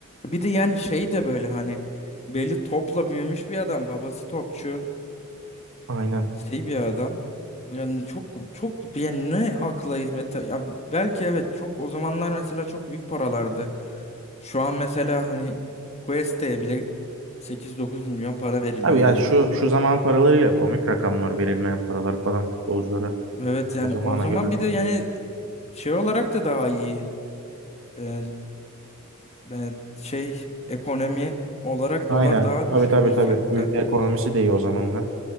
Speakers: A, on the left; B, on the right.
A: bir de yani şey de böyle hani belli topla büyümüş bir adam. Babası topçu.
B: Aynen.
A: Şey bir adam yani çok çok yani ne akla hizmet ya belki evet çok o zamanlar mesela çok büyük paralardı. Şu an mesela hani Quest'e bile 8-9 milyon para veriliyor
B: Abi ya
A: yani.
B: şu şu zaman paralarıyla komik rakamlar verilmeyen paralar falan futbolculara.
A: Evet yani
B: o zamana
A: o zaman
B: göre.
A: bir de yani şey olarak da daha iyi. Ee, ben- şey ekonomi olarak
B: Aynen.
A: dolar daha düşük
B: Tabii tabii
A: bir
B: tabii.
A: fiyatta.
B: Ülke ekonomisi de iyi o zamanlar.